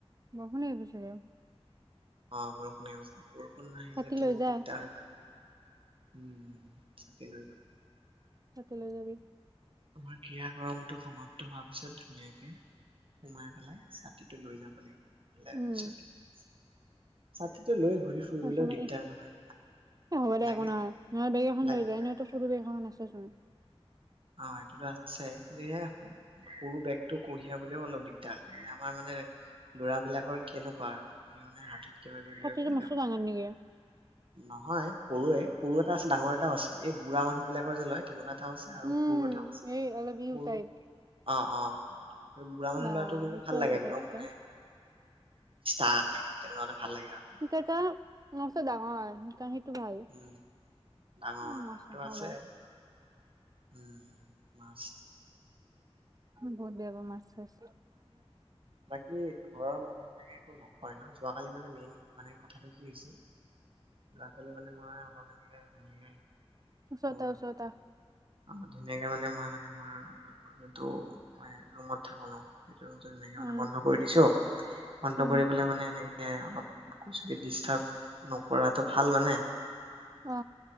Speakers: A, on the right; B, on the right.
A: বৰষুণ আহিব ছাগে?
B: অ' বৰষুণ আহিব ছাগে। বৰষুণ নাহিলে
A: ছাতি
B: তো
A: লৈ যা
B: দিগদাৰ হৈ যাব। উম। ছাতি লৈ যাম।
A: <unintelligible> লৈ যাবি।
B: আমাৰ ক্ৰিয়াকৰমটো সমাপ্ত হোৱাৰ পিছত ধুনীয়াকে, সোমাই পেলাই ছাতিটো লৈ যাব লাগে। <unintelligible>
A: উম,
B: <unintelligible> ছাতিটো লৈ ঘূৰি
A: <unintelligible>
B: ফুৰিবলৈও দিগদাৰ নহয়
A: এ হ'ব দে
B: লাগিলে
A: একো নহয়। <unintelligible> বেগ এখন
B: লাগিলে
A: লৈ <unintelligible> এনেওটো সৰু বেগ এখন আছে চোন।
B: অ সেইটোটো আছে কিন্তু <unintelligible> সৰু বেগটো কঢ়িয়াবলেও অলপ দিগদাৰ আমাৰ মানে লৰাবিলাকৰ কেনেকুৱা আৰু আমি মানে হাতত <unintelligible>
A: ছাতিটো মস্ত ডাঙৰ নেকি?
B: নহয়। সৰুৱেই। সৰু এটা আছে, ডাঙৰ এটাও আছে। এই বুঢ়া মানুহ বিলাকৰ যে লয় তেনেকুৱা <unintelligible> ছে আৰু
A: উম,
B: সৰু এটাও
A: এই অলপ ইউ
B: <unintelligible>
A: টাইপ
B: অ' অ'। ব্ৰাহ্মণৰ
A: বা
B: লৰাটো কিন্তু
A: সেইটো
B: ভাল লাগে।
A: আছে তহঁতৰ
B: একদম
A: তাতে।
B: মানে াই তেনে কাৰণে ভাল লাগে আৰু
A: এ এটা ম ডাঙৰ ভাল।
B: উম ডাঙৰ
A: উম মাছ
B: এইটো
A: নাখাওঁ
B: আছে
A: মই।
B: উম মছ
A: বহুত বেয়া পাওঁ মাছ চাছ
B: বাকী ঘৰৰ মানহ একো নকয় ন যোৱাকালি মানে মেইন মানে কথাটো কি হৈছে ল'ৰা ছোৱালী মানে মই অলপ এনেকে তেনেকে
A: ওচৰতে
B: মোৰ
A: ওচৰতে
B: অ ধুনীয়াকে মানে মই মানে মোৰ যোনটো মই ৰুমত থাকো ন সেইটো এনেকে
A: উম
B: মানে বন্ধ কৰি দিছো বন্ধ
A: উম
B: কৰি পেলাই মানে এনেকে অলপ ডিষ্টাৰ্ব নকৰাটো ভাল মানে
A: অ